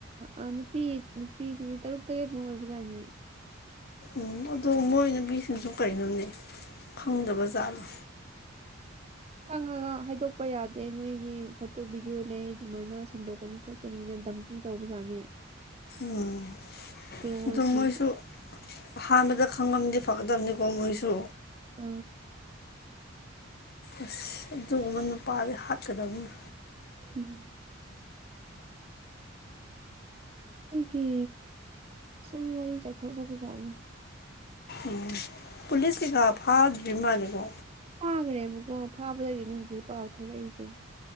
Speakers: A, on the right; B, on the left.
A: ꯑ ꯅꯨꯄꯤ ꯅꯨꯄꯤ ꯅꯨꯄꯤ ꯇꯔꯨꯛ ꯇꯔꯦꯠꯃꯨꯛ ꯑꯣꯏꯕꯖꯥꯠꯅꯦ
B: ꯎꯝ ꯑꯗꯣ ꯃꯣꯏ ꯅꯨꯄꯤꯁꯤꯛꯁꯨ ꯀꯩꯅꯣꯅꯦ ꯈꯪꯗꯕ ꯖꯥꯠꯂꯣ
A: ꯈꯪꯉꯒ ꯍꯥꯏꯗꯣꯛꯄ ꯌꯥꯗꯦ ꯅꯣꯏꯒꯤ ꯐꯣꯇꯣ ꯚꯤꯗꯤꯑꯣ ꯂꯩ ꯑꯗꯨꯃꯥꯏꯅ ꯁꯟꯗꯣꯛꯀꯅꯤ ꯈꯣꯠ ꯄꯅꯤꯅ ꯗꯝꯀꯤ ꯇꯧꯕꯖꯥꯠꯅꯤ
B: ꯎꯝ
A: ꯃꯣꯏꯒꯤ
B: ꯑꯇꯣ ꯃꯣꯏꯁꯨ ꯑꯍꯥꯟꯕꯗ ꯈꯪꯉꯝꯗꯤ ꯐꯒꯗꯕꯅꯤꯀꯣ ꯃꯣꯏꯁꯨ
A: ꯑ
B: ꯑꯁ ꯑꯗꯨꯒꯨꯝꯕ ꯅꯨꯄꯥꯗꯤ ꯍꯥꯠꯀꯗꯕꯅꯤ
A: ꯎꯝ ꯑꯗꯨꯒꯤ ꯁꯨꯝ ꯋꯥꯔꯤ ꯆꯥꯏꯊꯣꯛꯅꯕ ꯖꯥꯠꯅꯤ
B: ꯎꯝ ꯄꯨꯂꯤꯁ ꯀꯩꯀꯥ ꯐꯥꯗ꯭ꯔꯤ ꯝꯥꯜꯂꯦꯀꯣ
A: ꯐꯥꯒ꯭ꯔꯦꯕꯀꯣ ꯐꯥꯕꯗꯒꯤꯅꯤ ꯍꯧꯖꯤꯛ ꯄꯥꯎ ꯊꯣꯛꯂꯛꯏꯁꯦ